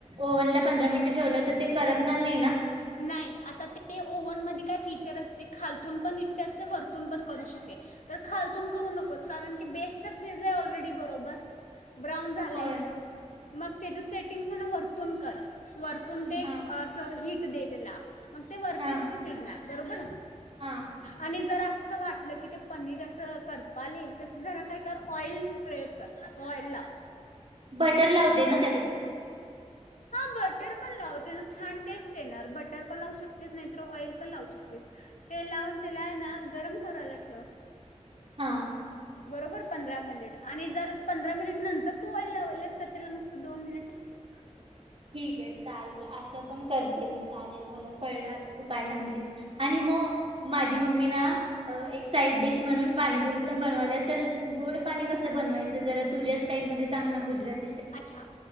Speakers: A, on the right; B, on the left.
A: ओव्हन ला पंधरा मिनटं ठेवलं तर ते करपणार नाही ना
B: नाही आता ते ओव्हन मध्ये काय फीचर अस ते खालतून पण हिट असते वरतून पण करू शके तर खालतून करू नको कारण की बेस तर शिजले ऑलरेडी बरोबर ब्राऊन झालाय...
A: होय
B: मग त्याचे सेटिंग आहे वरतून कर वरतून ते
A: हा
B: असं हिट दे त्याला... मग ते वरतीच
A: हा
B: ते शिजणार... बरोबर...
A: हा
B: आणि जरा असं वाटलं की ते पनीर असं करपायलय तर जरा काय कर ऑइल स्प्रे कर अस ऑइल लाव.
A: बटर लावते ना त्यापेक्षा.
B: हा बटर पण लाव त्याचा छान टेस्ट येणार बटर पण लावू शकतेच नाही तर ऑइल पण लावू शकतेस तेल लावून तेला ना गरम करायला ठेव.
A: हा.
B: बरोबर पंधरा मिनिट आणि जर पंधरा मिनिट नंतर तू ऑइल लावली असत तला नसतं दोन मिनिटच ठेवा
A: ठीक आहे चालेल असं पण करते मी चालेल मला कळलं आता तू काय सांगितलीस आणि हो माझी मम्मी ना एक साईड डिश म्हणून पाणीपुरी पण बनवाला तर गोड पाणी कस बनवायचं जरा तुझ्या स्टाईल मध्ये सांग ना गुजरात --
B: अच्छा